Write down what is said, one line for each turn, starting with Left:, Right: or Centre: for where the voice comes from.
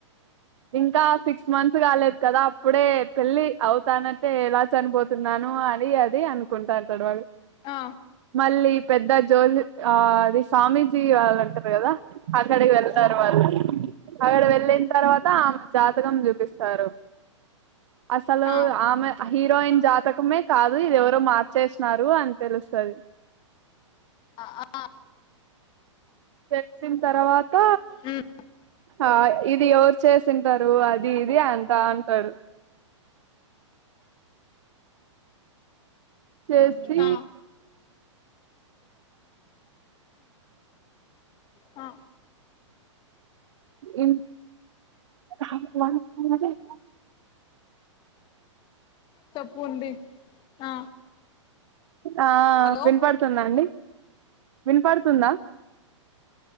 Right: ఇంకా సిక్స్ మంత్స్ కాలేదు కదా అప్పుడే పెళ్లి అవుతానంటే ఎలా చనిపోతం నను అది అది అనుకుంటాంటడు వాడు
Left: ఆ
Right: మళ్ళీ పెద్ద జోల్ ఆ అది సామి సీ కావాలంటరు కదా అక్కడికి వెళ్తారు వాళ్ళు అక్కడ వెళ్ళిన తర్వా ఆ ఆమె జాతకం చూపిస్ సారు అసలు
Left: ఆ ఆ ఆ
Right: ఆమె అ హీరోయిన్ జాత కుమే కాదు ఇది ఎవ్ మార్చేసినారు అని తెలుస్తది
Left: అ ఆ
Right: తెలిసిన్ తర్వాత
Left: ఉమ్
Right: ఆ ఇది ఎవరు చేసింటారు అది ఇది అంటా ఉంటడు. చేసి
Left: ఆ ఆ
Right: ఇన్ <unintelligible>
Left: చేప్పు ఉంది ఆ
Right: ఆ
Left: హలో
Right: వినపడుతుంద అండి వినపడుతుందా